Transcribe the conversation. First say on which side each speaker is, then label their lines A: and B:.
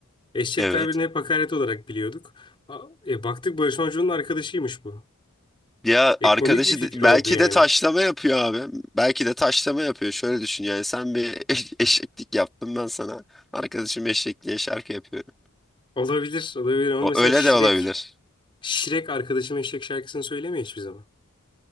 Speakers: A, on the left; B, in the centre.
A: Eşek
B: Evet.
A: tabirini hep hakaret olarak biliyorduk. A- E, baktık Barış Manço'nun arkadaşıymış bu.
B: Ya
A: E
B: arkadaşı
A: komik bir fikir
B: de-
A: oldu
B: belki
A: yani.
B: de taşlama yapıyor abi. Belki de taşlama yapıyor. Şöyle düşün yani sen bir <laughs> eş- eşeklik yaptın ben sana. Arkadaşım eşek diye şarkı yapıyorum.
A: Olabilir, olabilir ama
B: O
A: mesela
B: öyle
A: Şirek,
B: de olabilir.
A: Şirek arkadaşım Eşek şarkısını söylemiyor hiçbir zaman.